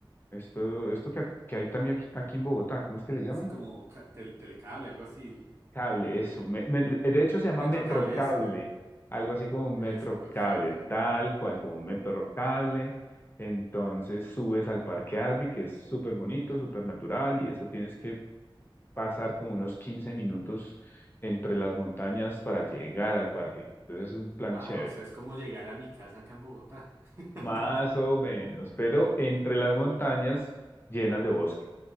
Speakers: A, on the left; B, on the right.
A: Esto, esto que, que hay también aquí, aquí en Bogotá, ¿cómo es que le llaman?
B: Sí, como ca- tel- telecable, algo así.
A: Cable,
B: Eh,
A: eso. me- me- de hecho se llama
B: metrocable,
A: Metrocable,
B: eso.
A: algo así como un
B: Eso,
A: Metrocable,
B: perfecto.
A: tal cual como un Metrocable. Entonces subes al Parque Arby, que es súper bonito, súper natural, y eso tienes que pasar como unos 15 minutos entre las montañas para llegar al parque. Entonces es un plan
B: Ah,
A: chévere,
B: o sea, es como llegar a mi casa acá en Bogotá. <laughs>
A: más o menos, pero entre las montañas llenas de bosque.